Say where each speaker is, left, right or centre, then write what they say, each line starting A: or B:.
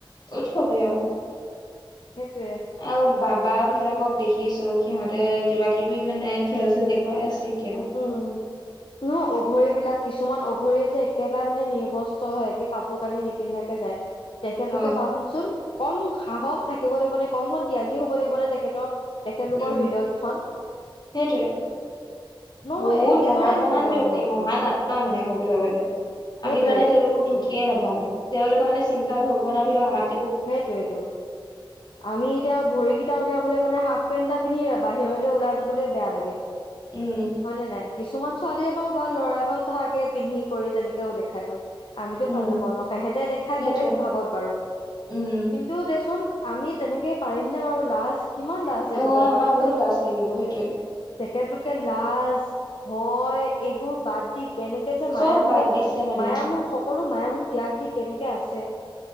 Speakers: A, on the left (about 50°); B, on the left (about 70°).
A: উৎসৱে আৰু
B: সেইটোয়ে
A: আৰু বাবা বিলাকক দেখিছো। সিহঁতে কিবা কিবি মানে খেল চেল দেখুৱাই আছে এতিয়াও।
B: উম ন অঘৰী বিলাক কিছুমান অঘৰিয়ীয়ে যে, একেবাৰে মানে নিৰ্বস্ত হয়। একে কাপোৰ কানি নিপিন্ধাকে যায়। তেখেতলোকে
A: ন
B: ভাবচোন। কম সাহস থাকিব লাগিব নে, কমখন ত্যাগি হ'ব লাগিব নে, তেখেতৰ। তেখেতলোকৰ
A: উম
B: হৃদয়কেইখন
A: সেইটোৱে। বহুত
B: হয় একেবাৰে
A: মহান মহান
B: মানে ৰং
A: ব্যক্তি,
B: নগ্ন
A: মহান আত্মা মানে
B: উম
A: কবলৈ গ'লে।
B: সেইটোৱে
A: আমি মানে তেওঁলোকক ঢুকিয়ে নাপাওঁ।
B: উম
A: তেওঁলোকে <unintelligible> চিন্তা, ভাৱনা বিলাক আমাক
B: সেইটোৱেইটো। আমি এতিয়া ভৰিকেইটা উলিয়াবলৈ মানে হাফ পেন্ট এটা পিন্ধি বাহিৰলৈ ওলাই যাবলৈ বেয়া লাগে।
A: উম
B: হয়নে নাই? কিছুমান ছোৱালীয়ে বাৰু বা লৰাই বাৰু থাকে পিন্ধি কৰি যেনেকেও দেখাই বাৰু। আমিতো
A: উম
B: ভাল নাপাওঁ ন, সিহঁতে দেখাই
A: সেইটোৱে
B: বেলেগ ভাবত বাৰু।
A: উম
B: কিন্তু দেচোন আমি তেনেকে পাৰিম নে বাৰু লাজ কিমান লাজ লাগিব
A: ন, আমাৰ
B: কিন্তু
A: বহুত লাজ লাগিব সেইটোৱে।
B: তেখেতলোকে লাজ, ভয় এইবোৰ বাদ দি কেনেকে যে,
A: চব
B: মায়া
A: বাদ
B: মোহ,
A: দিছে মানে
B: মায়া মোহ সকলো মায়া মোহ ত্যাগ দি কেনেকে আছে।